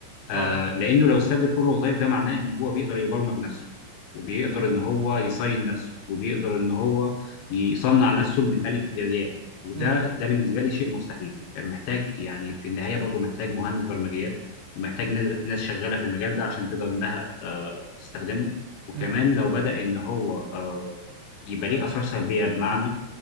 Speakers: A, on the left; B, on the right.
A: آه
B: آه
A: لانه لو استبدل كل الوظائف ده معناه ان هو بيقدر يبرمج نفسه وبيقدر ان هو يصين نفسه وبيقدر ان هو يصنع نفسه من الالف للياء وده
B: مم،
A: ده بالنسبه لي شيء مستحيل محتاج يعني في النهايه برضه محتاج مهندس برمجيات ومحتاج ناس ناس شغاله في المجال ده عشان تقدر انها آه تستخدمه وكمان
B: مم،
A: لو بدا ان هو آه يبقى ليه اثار سلبيه بمعنى